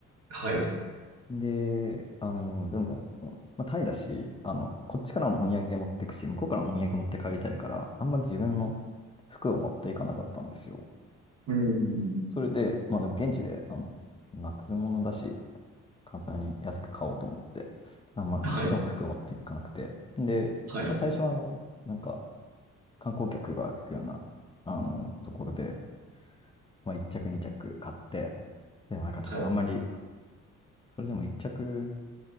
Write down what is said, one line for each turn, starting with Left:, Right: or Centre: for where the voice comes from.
Right: はい。
Left: で、あの、でも、まあ、タイだし、あの、こっちからもお土産持ってくし、向こうからもお土産持って帰りたいから、あんまり自分の服を持っていかなかったんですよ。
Right: うん。
Left: それで、まあでも現地で、あの、夏物だし、簡単に安く買おうと思って、あんまほとんど服を持っていかなくて、
Right: はい。
Left: で、
Right: はい。
Left: まあ、最初はあの、なんか観光客が行くような、あの、ところで、まあ、1着、2着買って、でもなんかちょっとあんまり、
Right: はい。
Left: それでも1着